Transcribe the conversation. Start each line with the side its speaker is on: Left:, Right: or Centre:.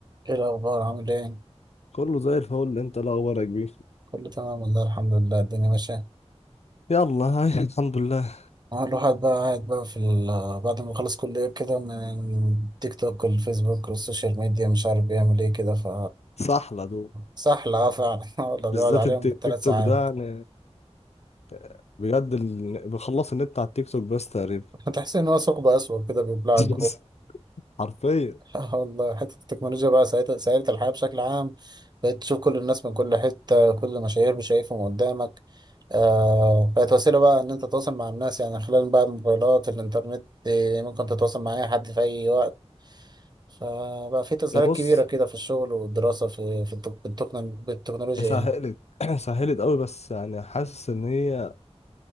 Right: ايه الاخبار عامل ايه
Left: كله زي الفل انت لا اخبارك بيه
Right: كله تمام والله الحمد لله الدنيا ماشيه
Left: يلا هاي <laughs> الحمد لله
Right: اه الواحد بقى قاعد بقى في ال- بعد ما خلص كليه كده من تيك توك والفيسبوك والسوشيال ميديا مش عارف بيعمل ايه كده ف
Left: صحلة دول
Right: سحل اه فعلا <laughs> والله بيقعد
Left: بالذات
Right: عليهم
Left: الت- التيك
Right: بالثلاث
Left: توك
Right: ساعات
Left: ده يعني <laughs> بجد ال... بخلص النت على التيك توك بس تقريبا
Right: <laughs> تحس ان هو ثقب اسود كده بيبلعك
Left: <laughs> حرفيا
Right: آه والله حتة التكنولوجيا بقى سهلت سهلت الحياة بشكل عام بقيت تشوف كل الناس من كل حتة كل مشاهير شايفهم قدامك آه بقت وسيلة بقى إن أنت تتواصل مع الناس يعني خلال بقى الموبايلات الإنترنت آه، ممكن تتواصل مع أي حد في أي وقت فبقى في تسهيلات
Left: يا بص
Right: كبيرة كده في الشغل والدراسة في في التك- بالتكنو- بالتكنولوجيا
Left: هي سهلت
Right: يعني
Left: <clears throat> سهلت قوي بس يعني حاسس ان هي